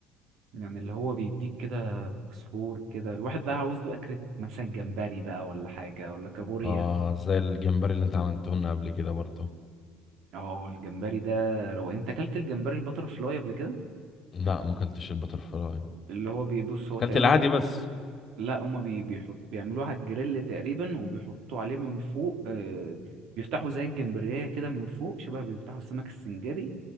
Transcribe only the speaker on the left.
اه زي الجمبري اللي انت عملته لنا قبل كده برضه
لا ما اكلتش البتر فلاي
اكلت
العادي بس